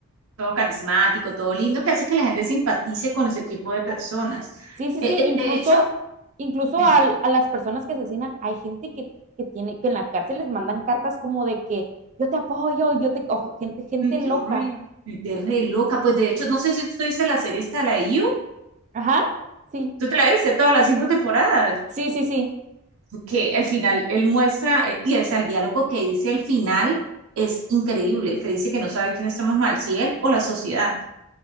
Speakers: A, on the right; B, on the right.
A: todo carismático, todo lindo, que hace que la gente simpatice con ese tipo de personas.
B: Sí, sí,
A: Eh,
B: sí,
A: eh,
B: incluso,
A: de hecho,
B: incluso
A: dime.
B: al- a, las personas que asesinan, hay gente que, que tiene, que en la cárcel les mandan cartas como de que yo te apoyo, yo te, o gente, gente
A: Ay,
B: loca.
A: qué horrible. Te re loca. Pues de hecho, no sé si tú viste la serie esta de la IU.
B: Ajá, sí,
A: Tú te la viste todas las cinco temporadas.
B: Sí, sí, sí.
A: Porque al final él muestra, eh, y el, el diálogo que dice el final es increíble, que dice que no sabe quién está más mal, si él o la sociedad,